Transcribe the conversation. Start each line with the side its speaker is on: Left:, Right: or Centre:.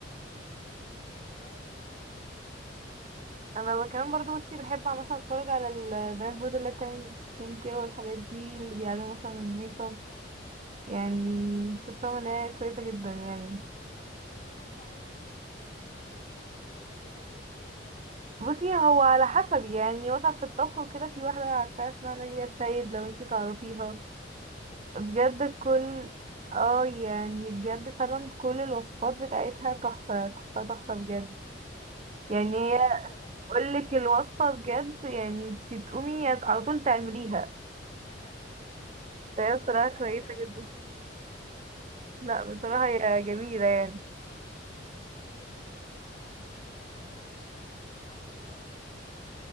Left: بس
Right: انا كمان برضه بصي بحب مثلا اتفرج على البنات برضه اللي بتعمل سكين كير والحاجات دي اللي بيعلموا مثلا الميك اب يعني
Left: امم
Right: شايفة ان هي كويسة جدا يعني
Left: في حد معين مثلا بتتابعيه ولا ولا كده عادي كله بقى
Right: بصي هو على حسب يعني مثلا في الطبخ وكده في واحدة عارفاها اسمها نادية السيد لو انتي تعرفيها بجد
Left: نادية الس-
Right: كل
Left: تقريبا اه
Right: اه يعني بجد فعلا كل الوصفات بتاعتها تحفة تحفة تحفة بجد يعني هي
Left: هبقى اشوفها بقى
Right: اقولك الوصفة بجد يعني انتي تقومي على طول تعمليها
Left: <laughs>
Right: فهي بصراحة
Left: هبقى
Right: كويسة
Left: اجرب اشوفها
Right: جدا
Left: دي
Right: لا بصراحة هي جميلة يعني
Left: انا في بنت برضو بتابعها هي هي عايشه في عايشه في دبي تقريبا